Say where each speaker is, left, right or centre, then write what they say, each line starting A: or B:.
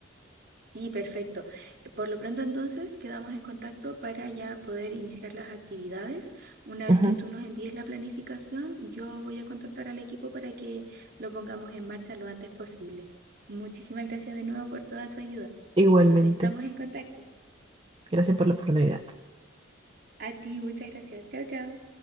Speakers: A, on the right; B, on the right.
A: Sí, perfecto. Eh, Por lo pronto entonces quedamos en contacto para ya poder iniciar las actividades. Una
B: Ujú.
A: vez que tú nos envíes la planificación, yo voy a contactar al equipo para que lo pongamos en marcha lo antes posible. Muchísimas gracias de nuevo por toda tu ayuda.
B: Igualmente,
A: Entonces estamos en contacto.
B: gracias por la oportunidad.
A: A ti, muchas gracias. Chao, chao.